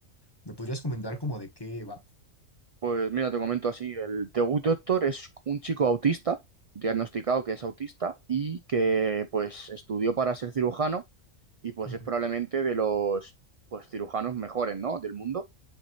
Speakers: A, on the left (about 20°); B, on the right (about 50°).
A: ¿Me podrías comentar como de qué va?
B: Pues mira, te comento así, el Tegut Doctor es un chico autista, diagnosticado que es autista y que pues estudió para ser cirujano y pues
A: Ujú.
B: es probablemente de los pues cirujanos mejores, ¿no? del mundo.